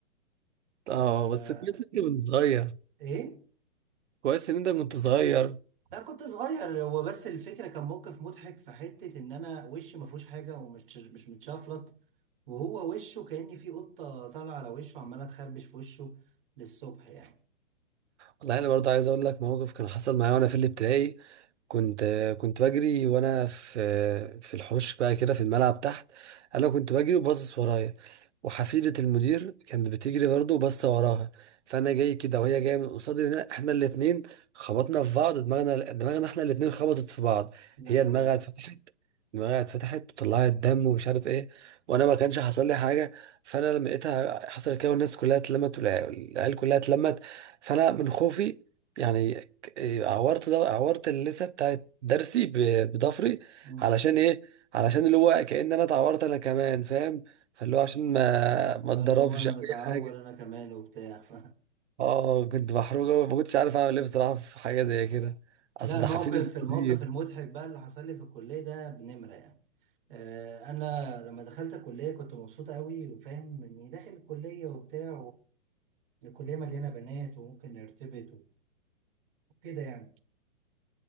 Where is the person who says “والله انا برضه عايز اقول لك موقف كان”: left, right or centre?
Right